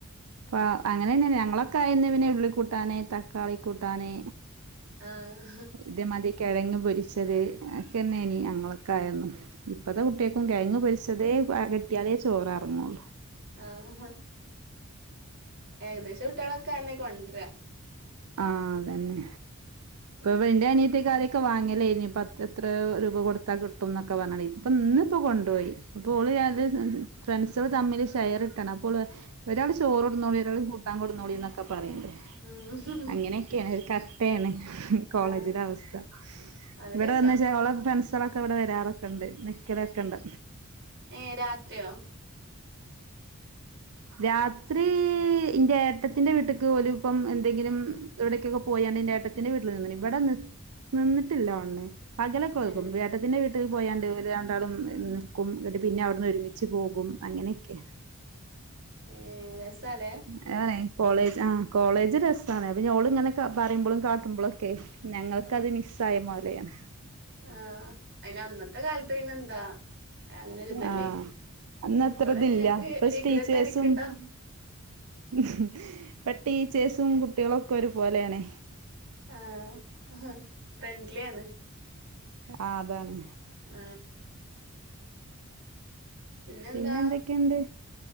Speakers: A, on the right; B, on the right.
A: അ അങ്ങനെന്നെ ഞങ്ങളൊക്കെ ആയന്ന് പിന്നെ ഉള്ളികൂട്ടാന് തക്കാളി കൂട്ടാന്
B: ആ
A: ഇത് മതി കിഴങ്ങ് പൊരിച്ചത് ഒക്കെന്നെനി അക്കെന്നെനി ന്നങ്ങളൊക്കെ ആയന്നും ഇപ്പത്തെ കുട്ട്യേക്കും
B: ഉം
A: കെഴങ്ങ് പൊരിച്ച് തേ പ കിട്ടിയാലേ ചോറെർങ്ങാെള്ളൂ
B: ആഹ ഏകദേശം കുട്ട്യേളൊക്കെ അന്നെ കൊണ്ട് രാ
A: ആ അതന്നെ
B: ഉം
A: ക്ക. പ്പന്റെ അനിയത്തി ഒക്കെ ആദ്യ ക്ക വാങ്ങലേനി പത്ത് എത്രോ രൂപ കൊടുത്താ കിട്ടുംന്നൊക്കെ പറഞ്ഞു ഇപ്പൊ ഇന്നിപ്പോ കൊണ്ടുപോയി ഇപ്പോൾ അത് ഫ്രണ്ട്സുകള് തമ്മിൽ ഷെയർ ഇട്ടാണ് അപ്പോള് പ ഒരാള് ചോറ് കൊണ്ട്ന്നോളി ഒരാള് കൂട്ടാൻകൊണ്ട് ന്നോളിന്നൊക്കെ പറയണ്ട്
B: ഉം
A: അങ്ങനെക്കെയാ ഒരു ക പേയണ് കോളേജിലെ
B: ആ
A: അവസ്ഥ
B: അത്
A: ഇവിടെ
B: രസാ
A: വന്ന്ച്ചാ അവളെ ഫ്രണ്ട്സ് ങ്ങളൊക്കെ ഇവ്ടെ വരാറൊക്കെണ്ട് നിക്കലൊക്കെണ്ട്
B: ഏ രാത്രിയോ
A: രാത്രി ഇന്റെ ട്ടത്തിന്റെ വീട്ട്ക്ക് ഓല് പ്പം എന്തെങ്കിലും എവിടേക്കൊക്കെ പോയണ്ട് ന്റെ ഏട്ടത്തിന്റെ വീട്ടിൽ നിന്ന്ണ് ഇവിടെ നി നിന്നിട്ടില്ലോണ് പകലൊക്കെ നിക്കും
B: ഏ
A: ഏട്ടത്തിന്റെ വീ ട്ട് പോയാണ്ട് ഇവര് രണ്ടാളും നിക്കും പിന്നെ അവിടുന്ന് ഒരുമിച്ച് പോകും അങ്ങനൊക്കെയാ
B: ഏ രസാലേ
A: അതാണേ കോളേജ് ആ കോളേജ് രസാണ് പിന്നെ ഓള് ഇങ്ങനെ ക പറിമ്പളും കാട്ടുമ്പാെളൊക്കെ ഞങ്ങൾക്കത്
B: ആ
A: മിസ്സായ മാതിരിയാണ്
B: ആഹ് അയിന് അന്നത്തെ കാലത്ത് പിന്നെ എന്താ അങ്ങനെ ഒരിതല്ലേനി
A: ആ അന്നത്രതില്ല
B: ഇപ്പള് ഇങ്ങക്ക്
A: പ്പ
B: റിഗ്രറ്റ്
A: സ്ടീച്ചേഴ്സും
B: അടിക്ക്ണ്ടാവും
A: ഇപ്പോ ടീച്ചേഴ്സ് സും കുട്ടികളൊക്കെ ഒരുപോലെയാണെ
B: ആ ഹ ഫ്രണ്ട്ലി ആണ്
A: ആ അതാണ്
B: ആ പിന്നെന്താ
A: പിന്നെന്തെക്കെണ്ട്